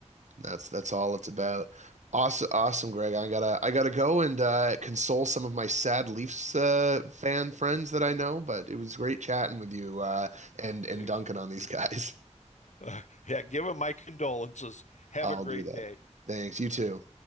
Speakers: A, on the right (about 80°); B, on the left (about 80°).
A: That's that's all it's about. Awesome, awesome, Greg. I gotta I gotta go and uh, console some of my sad Leafs uh, fan friends that I know. But it was great chatting with you uh, and and
B: <laughs>
A: dunking on these guys.
B: <laughs> Uh, yeah, give him my condolences.
A: <laughs>
B: Have
A: I'll
B: a great
A: do that.
B: day.
A: Thanks. You too.